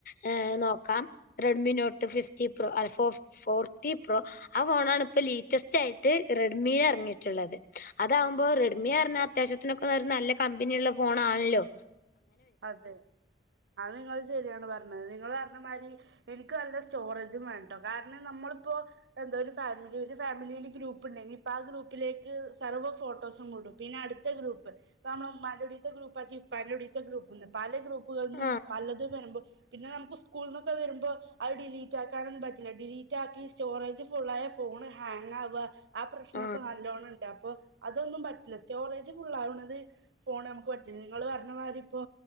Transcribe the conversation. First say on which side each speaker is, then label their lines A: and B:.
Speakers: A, on the left; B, on the right.
A: ഹ് നോക്കാം റെഡ്മി നോട്ട് ഫിഫ്റ്റി പ്രോ അല്ല ഫോ ഫോർട്ടി പ്രോ ആ ഫോണണ ഇപ്പൊ ലീറ്റസ്റ്റ് ആയിട്ട് റെഡ്മി ഇറങ്ങിയിട്ടുള്ളത് അതാവുമ്പോൾ റെഡ്മി റഞ്ഞ അത്യാവശ്യത്തിനൊക്കെ നല്ല കമ്പനിയുള്ള ഫോൺ ആണല്ലോ
B: അതെ അത് നിങ്ങള്ൾ ശരിയാണ് പറഞ്ഞത് നിങ്ങള് പറഞ്ഞ മാതിരി എനിക്ക് നല്ല സ്റ്റോറജും വേട്ടോ കാരണം നമ്മളിപ്പോൊ എന്താ ഒരു ഫാമിലി ഒരു ഫാമിലിയിയില് ഗ്രൂപ്പ് ഉണ്ടെങ്കി ഇപ്പൊ ആ ഗ്രൂപ്പിലേക്ക് സർവ്വ ഫോട്ടോസും വിടും പിന്നെ അടുത്ത ഗ്രൂപ്പ് ഇപ്പ ഇമ്മെൻ്റെ ലുടിയത്തെ ഗ്രൂപ്പ് ആക്കിഉപ്പാൻ്റെ ടി ത്തെ ഗ്രൂപ്പണ്ട് പല ഗ്രൂപ്പുകളന്നും
A: ആഹ്
B: പലതും വരുമ്പോൾ പിന്നെ നമുക്ക് സ്കൂളന്നൊക്കെ വരുമ്പോ അത് ഡിലീറ്റ ആാക്കാനൊന്നും പറ്റില്ല ഡിലീറ്റ ആാക്കി സ്റ്റോറേജ് ഫുള്ളായ ഫോണ് ഹാങ്ങാവ ആ പ്രശ്നക്കെ
A: ആഹ്
B: ന ലോണണ്ട് പ്പോ അതൊന്നും പറ്റില്ല സ്റ്റോറേജ് ഫുള് ആാവണത് ഫോൺ നമുക്ക് പറ്റി <unintelligible> നിങ്ങള് പറഞ്ഞ മാതിരി ഇപ്പൊ